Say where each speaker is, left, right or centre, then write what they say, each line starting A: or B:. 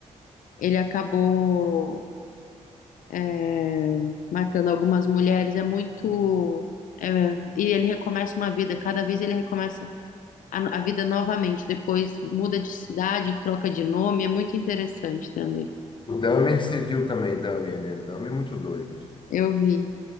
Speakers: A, on the left; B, on the left.
A: ele acabou é, matando algumas mulheres, é muito. é, e ele recomeça uma vida, cada vez ele recomeça a a vida novamente, depois muda de cidade, troca de nome, é muito interessante também.
B: O Dahmer você viu também, Dahmer, né? Dahmer é muito doido.
A: Eu vi.